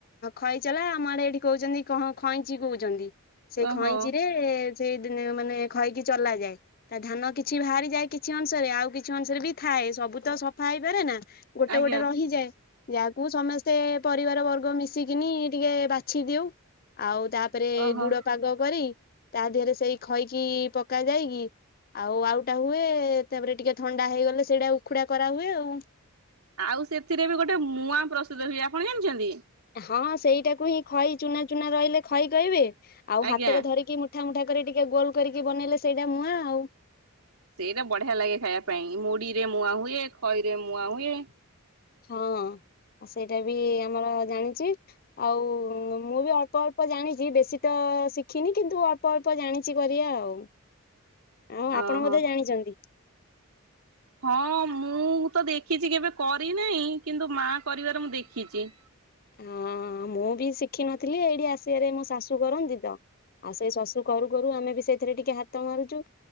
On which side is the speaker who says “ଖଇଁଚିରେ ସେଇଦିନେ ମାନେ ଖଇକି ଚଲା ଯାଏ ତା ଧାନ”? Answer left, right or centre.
Left